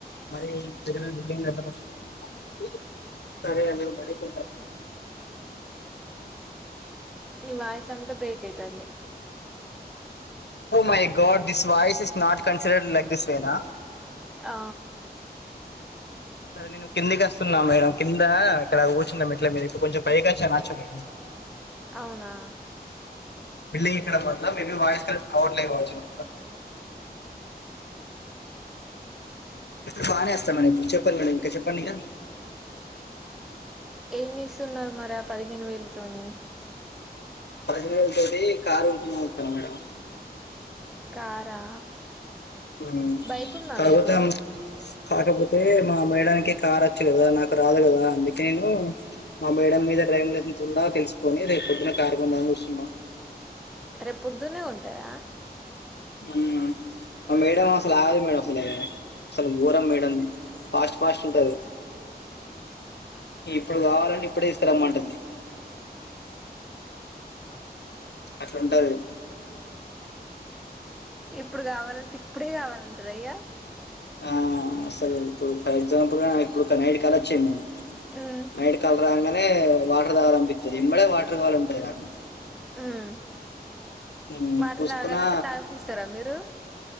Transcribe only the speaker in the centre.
నీ వాయిస్ అంతా బ్రేక్ అయితంది
ఆ
అవునా
ఏం చేస్తున్నారు మరి ఆ పదిహేను వేలతోని
కారా
బైక్ ఉందా
మీకు
రేపు పొద్దునే కొంతరా
ఇప్పుడు కావాలంటే ఇప్పుడే కావాలంటదా ఇగ
ఉమ్
ఉమ్
వాటర్
తాగాలంటే తాగిపిస్తరా మీరు